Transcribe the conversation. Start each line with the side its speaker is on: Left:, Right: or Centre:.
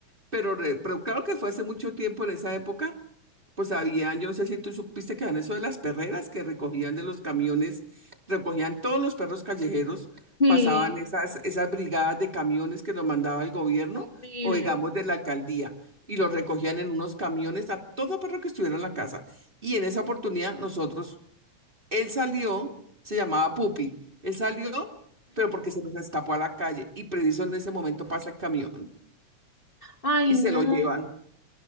Right: pero, re- pero claro que fue hace mucho tiempo en esa época, pues habían, yo no sé si tú supiste que habían eso de las perreras que recogían de los camiones, recogían todos los perros callejeros,
Left: Sí,
Right: pasaban esas, esas brigadas de camiones que los mandaba el gobierno
Left: horrible.
Right: o digamos de la alcaldía. Y los recogían en unos camiones a todo perro que estuviera en la casa. Y en esa oportunidad nosotros, él salió, se llamaba Pupi, él salió, pero porque se nos escapó a la calle. Y preciso en ese momento pasa el camión
Left: Ay,
Right: y se
Left: no.
Right: lo llevan.